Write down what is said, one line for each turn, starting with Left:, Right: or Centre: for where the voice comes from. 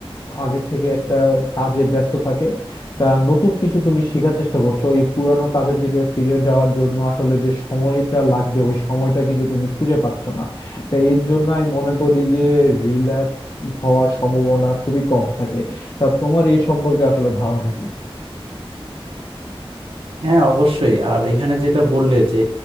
Left: আগের থেকে একটা কাজে ব্যস্ত থাকে তা নতুন কিছু তুমি শেখার চেষ্টা করছো এই পুরানো কাজের দিকে ফিরে যাওয়ার জন্য আসলে যে সময়টা লাগবে ওই সময়টা কিন্তু তুমি খুঁজে পাচ্ছ না তাই এর জন্য আমি মনে করি যে রিল্যাপস হওয়ার সম্ভাবনা খুবই কম থাকে তা তোমার এই সম্পর্কে আসলে ধারণা কি
Right: হ্যাঁ অবশ্যই আর এখানে যেটা বললে যে